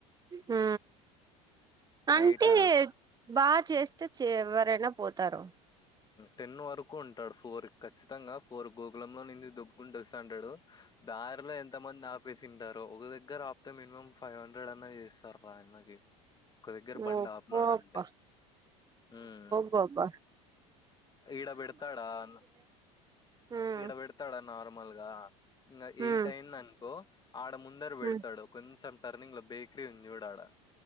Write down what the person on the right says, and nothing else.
హ అంటే
బాగా చేస్తే ఎవరైనా పోతారు
ఒబ్బోబ్బ
బబా
ఉమ్
ఉమ్
ఉమ్